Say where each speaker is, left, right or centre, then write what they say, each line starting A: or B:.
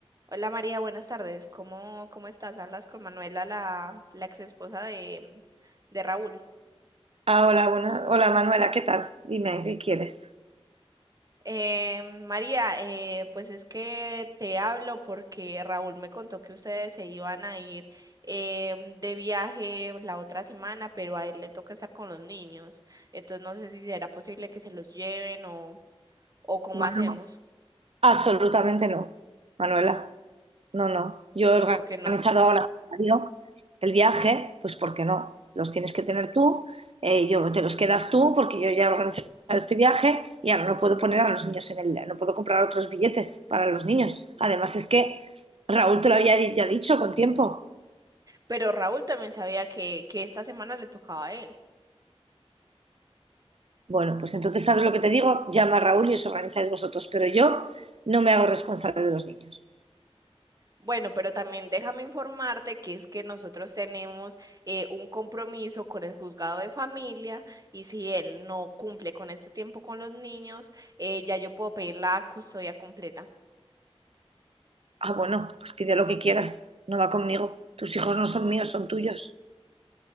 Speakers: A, on the right (about 35°); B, on the right (about 65°).
A: Hola María, buenas tardes. ¿Cómo, cómo estás? Hablas con Manuela, la, la ex esposa de, de Raúl.
B: Ah, hola, buena- hola Manuela, ¿qué tal? Dime, ¿qué quieres?
A: Eh, María, eh, pues es que te hablo porque Raúl me contó que ustedes se iban a ir em, de viaje la otra semana, pero a él le toca estar con los niños. Entonces no sé si será posible que se los lleven o, o cómo
B: Manu-
A: hacemos
B: Absolutamente no, Manuela. No, no. Yo he
A: y por qué no.
B: organizado ahora con mi marido el viaje, pues porque no? Los tienes que tener tú, eh, yo te los quedas tú, porque yo ya he organizado este viaje y ahora no puedo poner a los niños en el, no puedo comprar otros billetes para los niños. Además es que Raúl te lo había di- ya dicho con tiempo.
A: Pero Raúl también sabía que, que esta semana le tocaba a él.
B: Bueno, pues entonces, ¿sabes lo que te digo? Llama a Raúl y os organizáis vosotros, pero yo no me hago responsable de los niños.
A: Bueno, pero también déjame informarte que es que nosotros tenemos eh, un compromiso con el juzgado de familia y si él no cumple con este tiempo con los niños, eh, ya yo puedo pedir la custodia completa.
B: Ah, bueno, pues pide lo que quieras, no va conmigo. Tus hijos no son míos, son tuyos.